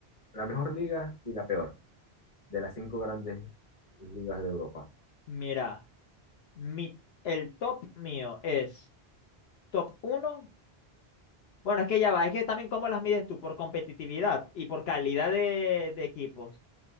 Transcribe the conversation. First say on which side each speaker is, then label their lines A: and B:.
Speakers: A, on the left; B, on the left.
A: la mejor liga y la peor de las cinco grandes ligas de Europa?
B: mira, mi, el top mío es top uno. Bueno, es que ya va, es que también cómo las mides tú, por competitividad y por calidad de, de equipos.